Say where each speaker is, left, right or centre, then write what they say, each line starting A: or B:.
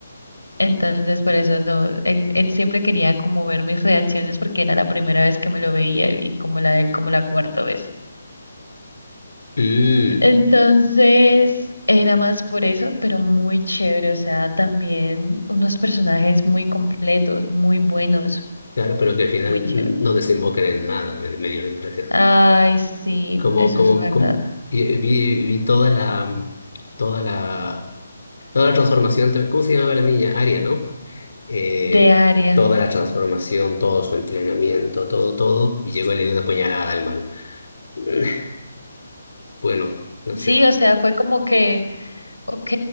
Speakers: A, on the left; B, on the left.
A: Entonces, por eso no, él, él siempre quería como ver mis reacciones porque era la primera vez que me lo veía y como la de él, como la cuarta vez.
B: Mm,
A: Entonces era más por eso, pero muy chévere. O sea, también unos personajes muy completos, muy buenos,
B: claro, pero que al final
A: muy chévere.
B: mm, no desembocan en nada, me, me dio la impresión.
A: Ay, sí,
B: Como,
A: eso
B: como,
A: es verdad.
B: como y- eh, vi, vi toda la, mm, toda la, toda la transformación, te- ¿cómo se llamaba la niña? Aria, ¿no? Eh,
A: De área.
B: toda la transformación, todo su entrenamiento, todo, todo, y llegó y le dio una puñalada al malo. <laughs> Bueno, no sé.
A: Sí, o sea, fue como que, ok,